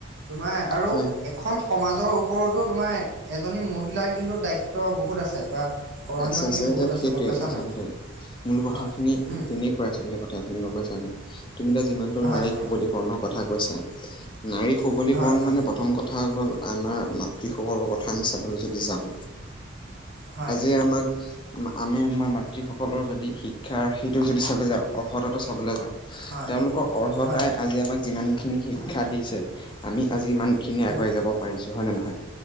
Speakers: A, on the right; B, on the left.
A: তোমাৰ আৰু
B: হয়
A: এখন সমাজৰ ওপৰতো তোমাৰ এজনী মহিলাৰ কিন্তু দায়িত্ব বহুত আছে বা কৰণীয়
B: আছে
A: খিনি
B: আছে এতিয়া
A: বহুত
B: সেইটোৱে
A: গম পাইছা
B: আচলতে
A: নাই
B: মূল কথাখিনি
A: অ উম
B: তেনে কোৱাই আচলতে কথা খিনি, গম পাইছানে? তুমি এতিয়া যিমানতো
A: হয়
B: নাৰীক
A: হয়
B: সবলীকৰণৰ কথা কৈছা, নাৰী সবলীকৰণ
A: হয় হয়
B: মানে প্ৰথম কথা কথা হৈ গ'ল আমাৰ মাতৃসকলৰ কথা আমি চাবলৈ যদি যাওঁ
A: হয়।
B: এ আমাক আমি আমাৰ মাতৃ সকলৰ যদি শিক্ষা সেইটো যদি চাইদে যাওঁ অৰ্হতাটো চাবলে যাওঁ
A: হয়
B: তেওঁলোকৰ অৰ্হতাই
A: হয় হয়
B: আজি আমাক যিমানখিনি শিক্ষা দিছে, আমি আজি ইমান খিনি আগুৱাই
A: উম
B: যাব পাৰিছো, হয় নে নহয়?